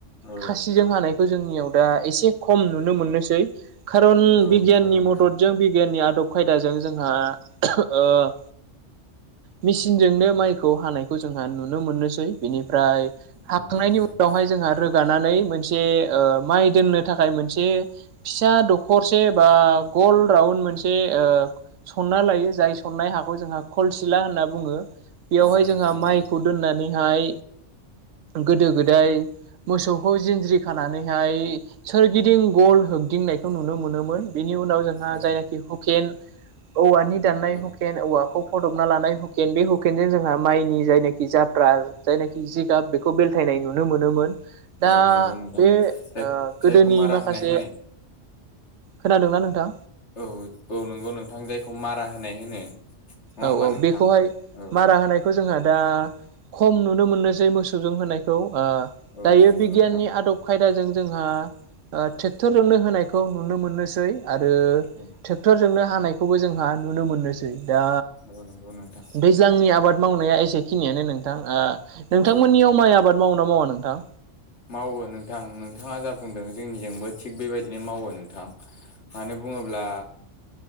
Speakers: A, on the left (about 65°); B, on the right (about 80°).
A: औ
B: खासिजों हानायखौ जोंनियाव दा एसे खम नुनो मोननोसै खारन
A: औ
B: बिगियाननि
A: नंगौ नोंथां
B: मथ बिगियानि आदब खायदाजों जोंहा ओ मिस मिसिनजोंनो माइखौ हानायखौ जोंहा नुनो मोननोसै बेनिफ्राय हाखांनायनि
A: औ नंगौ
B: उनावहाय
A: नोंथां
B: जोंहा आरो थिक रोगानानै मोनसे ओ माइ दोननो थाखाय मोनसे फिसा दखरसे बा गल राउन मोनसे ओ सनना लायो जाय सननाय हाखौ जोंहा खलसिला होनना बुङो बेयावहाय
A: औ नंगौ
B: जोंहा
A: नोंथां
B: माइखौ दोननानैहाय गोदो गोदाय मोसौखौ जिन्ज्रि खानानैहाय सोरगिदिं गल होगदिंनायखौ नुनो मोनोमोन बेनि नि उनाव जोंहा
A: औ
B: जायनाखि हुकेन औवानि दाननाय
A: औ
B: हुकेन औवाखौ फदबना लानाय हुकेन बे हुक अकेनजों जोंहा माइनि जायनाखि जाफ्रा जायनाखि जिगाब बेखौ बेलथायनाय नुनो मोनोमोन दा
A: औ नंगौ नोंथां
B: बे
A: जाय
B: ओ
A: जायखौ
B: गोदोनि
A: मारा
B: माखासे
A: होनाय होनो
B: खोनादोंना नोंथां
A: औ औ नंगौ नोंथां जायखौ मारा होनाय होनो नङा होमबा
B: औ औ
A: नोंथां
B: बेखौहाय
A: औ
B: मारा होनायखौ जोंहा दा खम नुनो मोननोसै मोसौजों होनायखौ ओ
A: औ
B: दायो
A: नंगौ
B: बिगियाननि
A: नोंथां
B: आदब खायदाजों जोंहा ओ ट्रेक्टरजोंनो होनायखौ नुनो मोननोसै आरो
A: औ
B: ट्रेक्टरजोंनो हानायखौबो जोंहा नुनो मोननोसै दा
A: औ नंगौ नोंथां
B: दैज्लांनि आबाद मावनाया एसेखिनियानो नोंथां नोंथांमोननियाव
A: औ
B: माइ आबाद मावोना मावा नोंथां?
A: मावो नोंथां नोंथाङा जा बुंदों जोंनिजोंबो थिग बेबायदिनो मावो नोंथां मानो बुङोब्ला